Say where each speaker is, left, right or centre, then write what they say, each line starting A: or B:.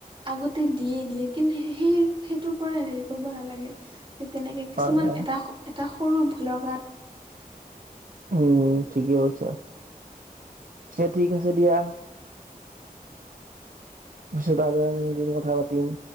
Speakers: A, on the right; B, on the right.
A: আগতে দিয়ে দিয়ে কিন্তু সেই সেইটোৰ পৰাই হেৰি কৰিব নালাগে কেনেকে
B: হয়
A: কিছুমান
B: হয়।
A: এটা হ এটা সৰু ভোলৰ কাৰ
B: উম ঠিকে কৈছা ছে ঠিক আছে দিয়া। পিছত আৰু আমি এদিন কথা পাতিম।